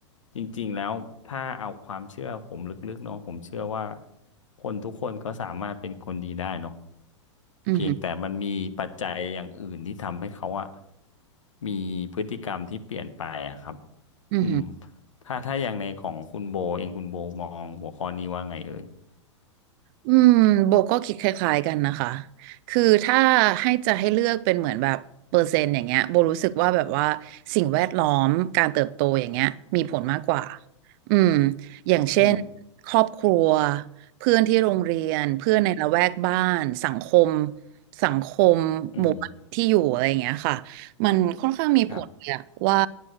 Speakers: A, on the left; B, on the right.
A: จริงๆแล้วถ้าเอาความเชื่อผมลึกๆเนาะผมเชื่อว่าคนทุกคนก็สามารถเป็นคนดีได้เนาะ
B: อือหือ
A: เพียงแต่มันมีปัจจัยอย่างอื่นที่ทำให้เขาอะมีพฤติกรรมที่เปลี่ยนไปอะครับ
B: อือหือ
A: อืมถ้าถ้าอย่างในของคุณโบเองคุณโบมองหัวข้อนี้ว่าไงเอ่ย
B: อืมโบก็คิดคล้ายๆกันนะคะ คือถ้าให้จะให้เลือกเป็นเหมือนแบบเปอร์เซ็นต์อย่างเงี้ยโบรู้สึกว่าแบบว่าสิ่งแวดล้อมการเติบโตอย่างเงี้ยมีผลมากกว่าอืมอย่างเช่น
A: อืม
B: ครอบครัวเพื่อนที่โรงเรียนเพื่อนในละแวกบ้านสังคมสังคมหมู่บ้านที่อยู่อะไรอย่างเงี้ยค่ะ
A: อืม
B: มันค่อนข้างมีผลเนี่ยว่า
A: ครับ